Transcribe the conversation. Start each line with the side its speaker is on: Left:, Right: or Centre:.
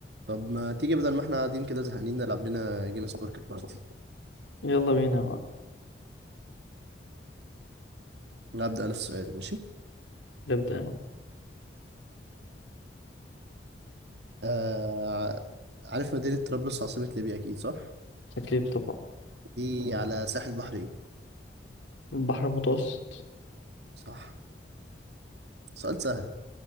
Right: طب ما تيجي بدل ما احنا قاعدين كده زهقانين نلعب لنا جيم سبورك البارتي
Left: يلا بينا يا معلم
Right: هبدأ انا السؤال ماشي
Left: نبدأ يا معلم
Right: آه... عارف مدينة طرابلس عاصمة ليبيا اكيد صح
Left: أكيد طبعا
Right: دي على ساحل بحرين
Left: البحر المتوسط
Right: صح سؤال سهل